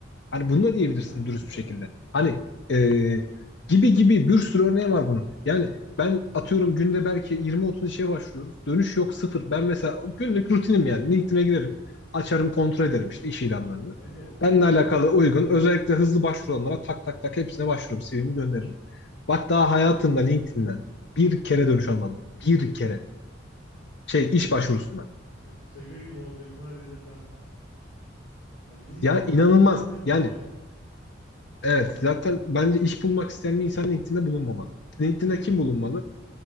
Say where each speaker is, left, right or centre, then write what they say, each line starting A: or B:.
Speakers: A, on the left; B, on the left.
A: Hani bunu da diyebilirsin
B: Ha mesela
A: dürüst bir şekilde. Hani e, gibi gibi bir sürü örneği var bunun. Yani ben atıyorum günde belki 20-30 işe başvuruyorum. Dönüş yok sıfır. Ben mesela günlük rutinim yani. LinkedIn'e girerim. Açarım kontrol ederim işte iş ilanlarını.
B: ben de bakarım
A: Benimle
B: aynı
A: alakalı
B: şekilde.
A: uygun özellikle hızlı başvuranlara tak tak tak hepsine başvururum. CV'mi gönderirim. Bak daha hayatımda LinkedIn'den bir kere dönüş almadım. Bir kere. Şey iş başvurusundan.
B: <laughs> Şaka gibi olacak maalesef ben de ama. Ha, LinkedIn'e
A: Ya inanılmaz.
B: olan inancım
A: Yani
B: da azaldı.
A: Evet, zaten bence iş bulmak isteyen bir insan LinkedIn'de bulunmamalı. LinkedIn'de kim bulunmalı?